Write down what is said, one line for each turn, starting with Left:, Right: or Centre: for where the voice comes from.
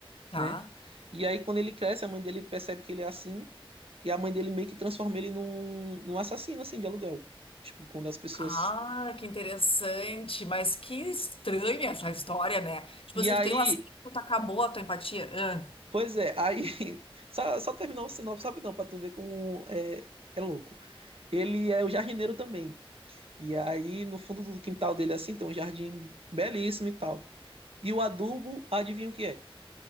Left: Tá.
Right: né? E aí, quando ele cresce, a mãe dele percebe que ele é assim, e a mãe dele meio que transforma ele num, num assassino, assim, de aluguel. Tipo, quando as pessoas.
Left: Ah, que interessante, mas que estranha essa história, né? Tipo
Right: E
Left: assim,
Right: aí,
Left: tu tem um acidente, tu acabou a tua empatia. Ah,
Right: pois é, aí. <laughs> Só, só terminar o sinopse, sabe não, pra tu ver como é, é louco. Ele é o jardineiro também. E aí, no fundo do quintal dele, assim, tem um jardim belíssimo e tal. E o adubo, adivinha o que é?